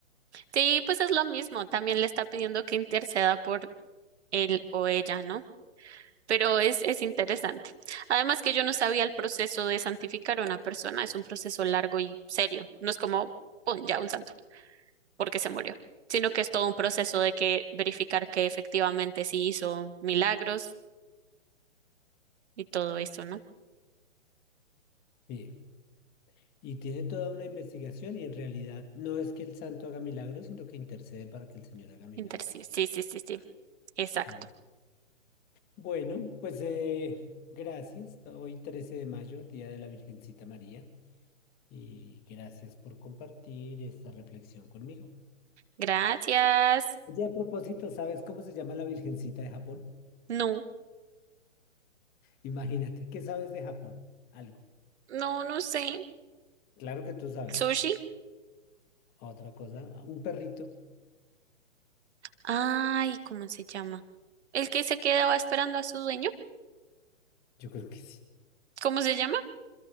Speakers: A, on the right; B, on the left.
A: Sí, pues es lo mismo, también le está pidiendo que interceda por él o ella, ¿no? pero es, es interesante. Además que yo no sabía el proceso de santificar a una persona, es un proceso largo y serio. No es como, pon ya un santo, porque se murió, sino que es todo un proceso de que verificar que efectivamente sí hizo milagros y todo eso, ¿no?
B: Sí, y tiene toda una investigación y en realidad no es que el santo haga milagros, sino que intercede para que el Señor haga milagros.
A: Inter- sí, sí, sí, sí, sí. Exacto.
B: Mm. Bueno, pues eh, gracias. Hoy 13 de mayo, Día de la Virgencita María. y gracias por compartir esta reflexión conmigo.
A: Gracias.
B: Oye, a propósito, ¿sabes cómo se llama la Virgencita de Japón?
A: No,
B: Imagínate, ¿qué sabes de Japón? Algo.
A: no, no sé.
B: Claro que tú sabes.
A: ¿Sushi?
B: Otra cosa, un perrito.
A: Ay, ¿cómo se llama? ¿El que se quedaba esperando a su dueño?
B: Yo creo que sí.
A: ¿Cómo se llama?